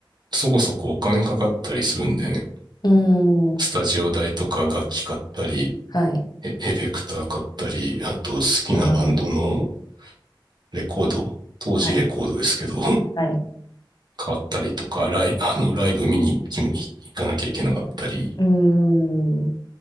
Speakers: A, on the right (about 55°); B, on the left (about 50°).
A: そこそこお金かかったりするんでね、
B: うん、
A: スタジオ代とか楽器買ったり、
B: はい、
A: エエフェクター買ったり、あと好きなバンドの
B: あー、
A: レコード、当時レコードですけど、
B: はい、はい、
A: 変わったりとか、ライ、<laughs> あの、ライブ見に行き行かなきゃいけなかったり、
B: うん、